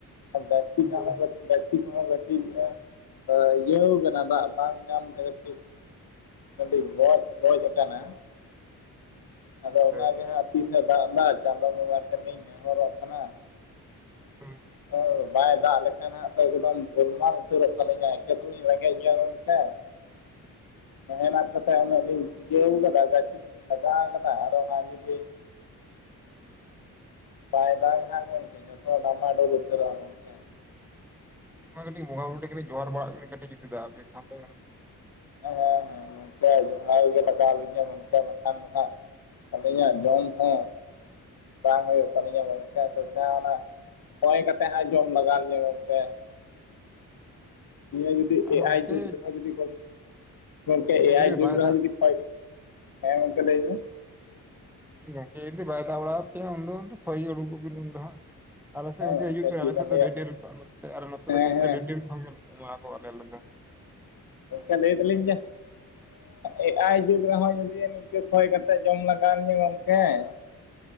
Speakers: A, on the left; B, in the centre.
A: ᱜᱟᱪᱷᱤᱴᱟᱜ
B: ᱦᱳᱭ
A: ᱦᱚᱸ <unintelligible> ᱛᱤ ᱠᱚᱦᱚᱸ ᱠᱟᱹᱴᱤᱡ ᱮ ᱤᱭᱟᱹᱣ ᱠᱟᱱᱟ ᱫᱟᱜ ᱵᱟᱝ ᱧᱟᱢ ᱛᱮ ᱠᱟᱹᱴᱤᱡ ᱱᱚᱰᱤ ᱜᱚᱡ ᱜᱚᱡ ᱟᱠᱟᱱᱟ᱾ ᱟᱫᱚ
B: ᱦᱳᱭ
A: ᱚᱱᱟᱜᱮ ᱦᱟᱸᱜ ᱛᱤᱥᱮ ᱫᱟᱜ ᱮᱫᱟ ᱪᱟᱸᱫᱳ ᱵᱚᱸᱜᱟ ᱴᱷᱮᱱᱤᱧ ᱱᱮᱦᱚᱨᱚᱜ ᱠᱟᱱᱟ᱾
B: ᱦᱳᱭ᱾
A: ᱚ ᱫᱚ ᱵᱟᱭ ᱫᱟᱜ ᱞᱮᱠᱷ ᱠᱷᱟᱱ ᱦᱟᱸᱜ ᱫᱚ ᱮᱠᱫᱚᱢ ᱜᱚᱞᱢᱟᱞ ᱩᱛᱟᱹᱨᱚᱜ ᱛᱟᱹᱞᱤᱧᱟ ᱮᱠᱟᱹ ᱛᱞᱤᱧᱟ ᱮᱠᱮ ᱮᱞᱛᱮᱞᱤᱧ ᱨᱮᱸᱜᱮᱡ ᱜᱮᱭᱟ ᱜᱚᱢᱠᱮ᱾ ᱢᱮᱦᱱᱚᱛ ᱠᱟ ᱠᱟᱛᱮᱫ ᱩᱱᱟᱹᱜ ᱞᱤᱧ ᱤᱭᱟᱹᱣ ᱠᱟᱫᱟ ᱜᱟᱹᱪᱷᱤ ᱠᱚᱞᱤᱧ ᱞᱟᱜᱟᱣ ᱠᱟᱫᱟ ᱟᱨᱚ ᱦᱟᱸᱜ ᱡᱩᱫᱤ ᱵᱟᱭ ᱫᱟᱜᱟ ᱦᱟᱸᱜ ᱜᱚᱢᱠᱮ ᱡᱚᱛᱚ ᱰᱟᱢᱟᱵᱳᱞ ᱩᱛᱟᱹᱨᱚᱜ-ᱟ ᱜᱚᱢᱠᱮ᱾
B: ᱢᱟ ᱠᱟᱹᱴᱤᱡ ᱵᱚᱸᱜᱟ ᱵᱩᱨᱩ ᱴᱷᱮᱡ ᱠᱟᱹᱴᱤᱡ ᱡᱚᱦᱟᱨ ᱵᱟᱲᱟᱜ ᱵᱤᱱ ᱠᱟᱹᱴᱤᱡ ᱡᱩᱫᱤ ᱫᱟᱜ ᱟᱵᱮᱱ ᱠᱷᱟᱱ ᱫᱚᱭ᱾
A: ᱦᱮᱸ ᱦᱮᱸ ᱜᱚᱝᱠᱮ ᱡᱚᱦᱟᱨ ᱜᱮ ᱞᱟᱜᱟᱣ ᱞᱤᱧᱟ ᱜᱚᱝᱠᱮ ᱵᱟᱠᱷᱟᱱ ᱫᱚ ᱦᱟᱸᱜ ᱟᱹᱞᱤᱧᱟᱜ ᱡᱚᱢ ᱦᱚᱸ ᱵᱟᱝ ᱦᱩᱭᱩᱜ ᱛᱟᱞᱤᱧᱟ <inaudible> ᱥᱮ ᱡᱟᱦᱟᱸ ᱚᱱᱟ ᱠᱚᱭ ᱠᱟᱛᱮ ᱦᱟᱸᱜ ᱡᱚᱢ ᱞᱟᱜᱟᱣ ᱞᱤᱧᱟ ᱜᱚᱢᱠᱮ ᱾ ᱱᱤᱭᱟᱹ ᱡᱩᱫᱤ
B: ᱟᱨᱚ
A: ᱮ
B: ᱜᱚᱝᱠᱮ
A: ᱟᱭ ᱡᱩᱜᱽ ᱨᱮᱦᱚᱸ ᱡᱩᱫᱤ ᱜᱢ ᱜᱚᱝᱠᱮ ᱮ
B: ᱡᱩᱫᱤ
A: ᱟᱭ ᱡᱩᱜᱽ
B: ᱵᱟᱭ
A: ᱨᱮᱦᱚᱸ
B: ᱫᱟᱜ
A: ᱡᱩᱫᱤ ᱠᱷᱚᱭ ᱜ ᱦᱮᱸ ᱜᱚᱢᱠᱮ ᱞᱟᱹᱭ ᱢᱮ ᱾
B: ᱜᱚᱝᱠᱮ ᱡᱩᱫᱤ ᱵᱟᱭ ᱫᱟᱜ ᱵᱟᱲᱟ ᱯᱮᱭᱟ ᱩᱱᱫᱚ ᱠᱷᱟᱹᱭᱜᱤ ᱩᱰᱩᱜᱚᱜ ᱵᱤᱱ ᱩᱱᱫᱚ ᱦᱟᱜ ᱾ ᱟᱞᱮ ᱥᱮᱫ
A: ᱦᱮᱸ
B: ᱜᱚᱝᱠᱮ ᱦᱤᱡᱩᱜ ᱯᱮ
A: ᱪᱮᱫ
B: ᱟᱞᱮ
A: ᱵᱮᱱ
B: ᱥᱮᱫ
A: ᱞᱟᱹᱭᱟ
B: ᱫᱚ ᱰᱷᱮᱨ ᱰᱷᱮᱨ ᱟᱨ ᱱᱚᱛᱮ
A: ᱦᱮᱸ
B: ᱫᱚ ᱜᱚᱝᱠᱮ
A: ᱦᱮᱸ
B: ᱰᱷᱮᱨ ᱰᱷᱮᱨ ᱠᱷᱚᱱᱞᱮ ᱮᱢᱟ ᱠᱚᱣᱟᱞᱮ ᱟᱞᱮ ᱫᱚ ᱾
A: ᱜᱚᱝᱠᱮ ᱞᱟᱹᱭ ᱫᱟᱞᱤᱧ ᱡᱮ ᱮ ᱟᱭ ᱡᱩᱜᱽ ᱨᱮᱦᱚᱸ ᱡᱩᱫᱤ ᱠᱷᱚᱭ ᱠᱟᱛᱮᱜ ᱡᱚᱢ ᱞᱟᱜᱟᱣᱤᱧᱟᱹ ᱜᱚᱝᱠᱮ ᱾